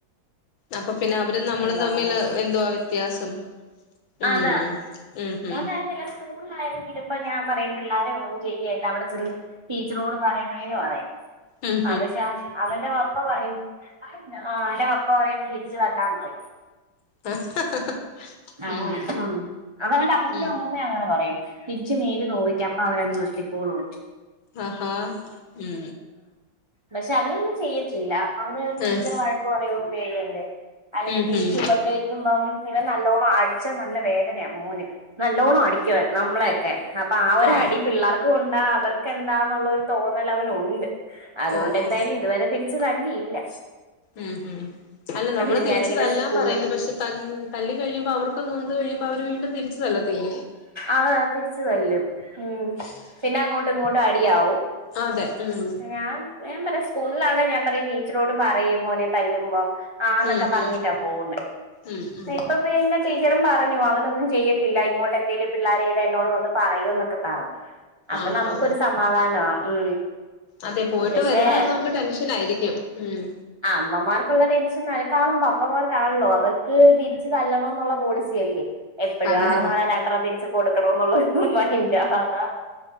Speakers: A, on the left (about 80°); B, on the right (about 40°).
A: അപ്പൊ പിന്നെ അവരും നമ്മളും
B: എന്താ
A: തമ്മില്
B: പറയാ
A: എന്തുവാ വ്യത്യാസം. ഉം
B: അതാ
A: ഉം ഉം
B: തങ്ങല്ല സ്കൂളിലായാലും വിടുമ്പോ ഞാൻ പറയും പിള്ളാരൊന്നും ശെരിയല്ല അവിടെ ചെന്ന് ടീച്ചറോട് പറയണേ പറയും.
A: ഉം
B: അത്ശാ അവന്റെ പപ്പ പറയും ആ അവന്റെ പപ്പ പറയും തിരിച്ചു തല്ലാൻ പറയും.
A: <unintelligible>
B: ആ
A: ഉം ഉം
B: ആ അതവന്റെ അപ്പൂപ്പനും
A: ഉം
B: അമ്മു പ്പ ഞ്ഞാങ്ങനെ പറയും തിരിച്ചു മേല് നോവിക്ക് അപ്പൊ അവരങ്ങ് നിർത്തിക്കോളൂ
A: അഹാ ഏ
B: പക്ഷെ അവനൊന്നും ചെയ്യത്തില്ല അവന് ടീച്ചർ
A: ഉം
B: വഴകക്ക് പറയോന്ന് പേടി ഉണ്ട്. അല്ലങ്
A: ഉം
B: ഈ തിരിച്ച്
A: ഉം
B: ഉഭദ്രവിക്കുണ്ടോന്ന് ഇവൻ ന നല്ലോണം അടിച്ച നല്ല വേദനയാ മോന് നല്ലോണം അടിക്ക വൻ നമ്മളൊക്കെ അ പ്പൊ ആ ഒരു
A: ആഹ്
B: അടി പിള്ളേർക്ക് കൊണ്ടാ അവർക്ക്ന്താന്നുള്ളരു തോന്നൽ അവനുണ്ട്. അതുകൊണ്ട്
A: ഓ
B: എന്തായാലും
A: ഓ
B: ഇതുവരെ തിരിച്ച് തല്ലിയില്ല.
A: ഉം ഉം അല്ല നമ്മള്
B: അതുകൊണ്ട്
A: തിരിച്ചതല്ലാം
B: ഞാനിങ്ങനെ സ്കൂളും
A: പറയുന്നു പക്ഷെ ത തല്ലി കഴിയുമ്പോ അവർക്ക കൊന്ന് കഴിയുമ്പോ അവര് വീണ്ടും തിരിച്ചുതല്ലത്തില്ലേ.
B: അതാ തിരിച്ചുതല്ലും ഉം പിന്നെ അങ്ങോട്ടും ഇങ്ങോട്ടും അടിയാവും
A: അതെ ഉം
B: ഞാൻ ഞാൻ പറയാ സ്കൂളിലാണെ ഞാൻ പറയും ടീച്ചറോട് പറയ് മോനെ തല്ലുമ്പോ ആന്നൊക്കെ
A: ഉം
B: പറഞ്ഞിട്ടാ
A: ഉം
B: പോവുന്നെ
A: ഉം ഉം
B: ന്നാ ഇപ്പം പ്പോ പിന്നെ ടീച്ചറും പറഞ്ഞു അവനൊന്നും ചെയ്യത്തില്ല ഇങ്ങോട്ട് എന്തേലും പിള്ളേർ ചെയ്ത എന്നോട് വന്ന് പറയുന്നൊക്കെ പറഞ്ഞു. അപ്പൊ
A: ആഹാ
B: നമുക്കൊരു സമാധാനമാ ഉം
A: അതെ പോയിട്ട്
B: പക്ഷെ
A: വരുന്നവരെ നമുക്ക് ടെൻഷൻ ആയിരിക്കും ഉം
B: ആ അമ്മമാർക്കുള്ള ടെൻഷൻ അനക്കാളും പാപ്പമാർക്കാണല്ലോ അവർക്ക് തിരിച്ച് തല്ലണന്നുള്ള പോളിസി അല്ലേ എപ്പഴു
A: അതെ
B: ആളാവാൻ
A: അതെ
B: രണ്ട്ര തിരിച്ച് കൊടുക്കണന്നുള്ളൊരു മെയ്ന്റ അതാ